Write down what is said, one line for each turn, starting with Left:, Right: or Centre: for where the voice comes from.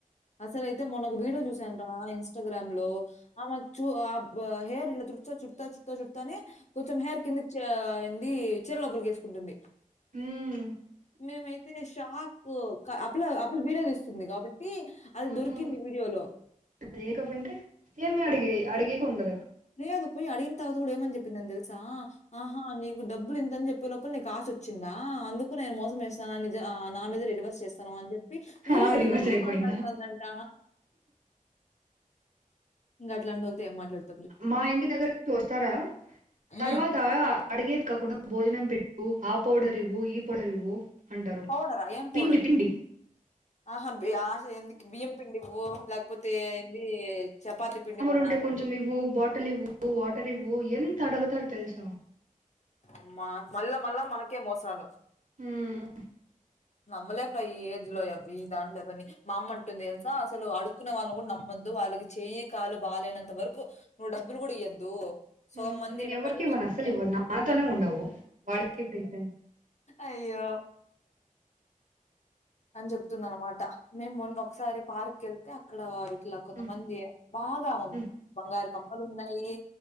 Left: అసలు అయితే మొన్న ఒక వీడియో చూసాను రా ఇన్స్టాగ్రామ్ లో ఆమె చూ హ హేర్ ఇలా చుడుతా చుతా చుతా చుడతానే కొంచెం హేర్ కిందికి చే ంది చిర లోపలికేసుకుంటుంది
Right: హ్మ్.
Left: మేమైతే షాక్ అప్పులా అప్పుల వీడియో ఇస్తుంది కాబట్టి అది
Right: హ్మ్.
Left: దొరికింది వీడియో లో
Right: లేకపోయింటే ఏమి అడిగే అడిగేకి ఉండదు అక్క
Left: లేదు పోయి అడిగిన తర్వాత కూడా ఏమని చెప్పిందాని తెలుసా ఆహా నీ డబ్బులు ఇంతని చెప్పే లోపల నీకు ఆశ వచ్చిందా అందుకు నేను మోసంచేస్తాను అని నా మీదే రెడివర్స్ చేస్తావా అని చెప్పి వీడియో
Right: ఆమె
Left: ఉన్నా
Right: రివర్స్
Left: కూడా
Right: అయిపోయిందా?
Left: మాట్లాడుతుందంట గట్లాంటోళ్ళతో ఏం మాట్లాడుతాం
Right: మా ఇంటి దగ్గరికి వస్తారా
Left: హ్మ్.
Right: తర్వాత అడిగేది కాకుండా భోజనం పెట్టు ఆ పౌడర్ ఇవ్వు ఈ పౌడర్ ఇవ్వు అంటారు.
Left: పౌడర్ ఆహ్ ఎం పౌడరు
Right: పిండి పిండి.
Left: ఆహా బ ఆశ ఎందుకు బియ్యం పిండి ఇవ్వు లేకపోతే ఏంది చపాతి పిండి బ
Right: ఇంటే కొంచెం ఇవ్వు బాటిల్ ఇవ్వు వాటర్ ఇవ్వు ఎంత అడుగుతారుో తెలుసా
Left: అమ్మా మళ్ళా మళ్ళా మనకే మోసాలు
Right: హమ్మ్
Left: నమ్మలేం రా ఈ ఏజ్ లో ఈ దాంట్లో ఎవరిని మా అమ్మ అంటుంది తెలుసా అసలు అడుకునే వాళ్ళని కూడా నమ్మ వద్దు వాళ్ళకి చేయి కాలు బాాలలేనంత వరకు నువ్వు డబ్బులు కూడా ఇయ్యద్దు సగం
Right: హ్మ్
Left: మంది
Right: నేను
Left: ఈడ
Right: ఎవరికి
Left: పనులు
Right: ఇవ్వను
Left: చేసుకొని
Right: అస్సలు ఇవ్వను నాతోనే ఉండవు వాళ్ళకి ఇక్కడ ఇచ్చాను
Left: అయ్యో అని చెప్తుంది అనమాట మేము మొన్న ఒకసారి పార్క్ వెళ్తే అక్కడయి ఇట్లా కొంతమంది
Right: హ్మ్.
Left: బాగా
Right: హ్మ్.
Left: బంగారు కమ్మలు ఉన్నాయి